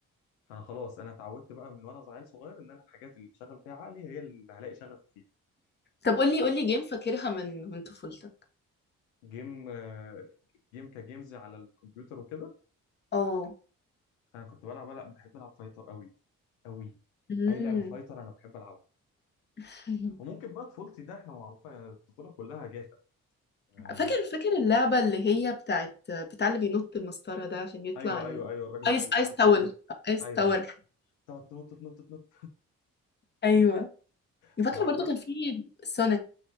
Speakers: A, on the left; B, on the left.
A: فانا خلاص انا اتعودت بقى من وانا عيل صغير ان انا الحاجات اللي بشغل فيها عقلي هي اللي هلاقي شغفي فيها
B: طب قولي قولي جيم فاكرها من من طفولتك
A: جيم آه، جيم كجيمز على الكمبيوتر وكده
B: اه
A: انا كنت بلعب لا بحب العب فايتر قوي قوي
B: مم.
A: اي لعبه فايتر انا بحب العبها
B: <laughs>
A: وممكن بقى طفولتي ده احنا معروفه يعني الطفوله كلها جافه آه
B: فاكر فاكر اللعبة اللي هي بتاعت بتاع اللي بينط المسطرة ده عشان يطلع
A: ايوه
B: ال...
A: ايوه ايوه الراجل
B: ايس
A: اللي بينط
B: ايس
A: تقعد
B: تاور
A: تت...
B: ايس
A: ايوه
B: تاور
A: ايوه تقعد تنط تنط تنط
B: ايوه
A: انت
B: فاكرة
A: عارفه
B: برضو كان في سونيك